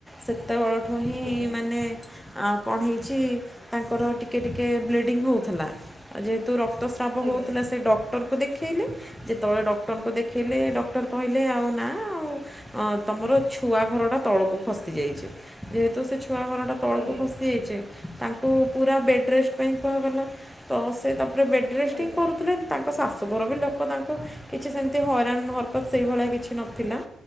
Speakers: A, in the centre; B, on the right.
A: ସେତେବେଳଠୁ ହିଁ
B: ଆଜ୍ଞା
A: ମାନେ ଆଉ କଣ ହେଇଛି ତାଙ୍କର ଟିକେ ଟିକେ ବ୍ଲିଡ଼ିଙ୍ଗ ହଉଥିଲା ଯେହେତୁ ରକ୍ତ ରକ୍ତ ସ୍ରାବ
B: ଆଜ୍ଞା।
A: ହଉଥିଲା ସେ ଡକ୍ତର ଡକ୍ଟରଙ୍କୁ ଦେଖେଇଲେ ଯେତେବେଳେ ଡକ୍ଟରଙ୍କୁ ଦେଖେଇଲେ ଡକ୍ଟର କହିଲେ ଆଉ ନା ଆଉ ତମର ଛୁଆ ଘରଟା ତଳକୁ ଖସି ଯାଇଛି ଯେହେତୁ ସେ ଛୁଆ ଘରଟା ତଳକୁ
B: ଆଜ୍ଞା
A: ଖସିଯାଇଛି ତାଙ୍କୁ ପୁରା ବେଡ଼ ରେଷ୍ଟ ପାଇଁ କୁହାଗଲା ତ ସେ ତା ପୁରା ବେଡ଼୍ ରେଷ୍ଟ
B: ଆଜ୍ଞା
A: ହିଁ କରୁଥିଲେ। ତାଙ୍କ ଶାଶୁଘର ବି ଲୋକ ତାଙ୍କୁ କିଛି ସେମିତି ହଇରାଣ ହରକତ ସେଇଭଳିଆ କିଛି ନଥିଲା।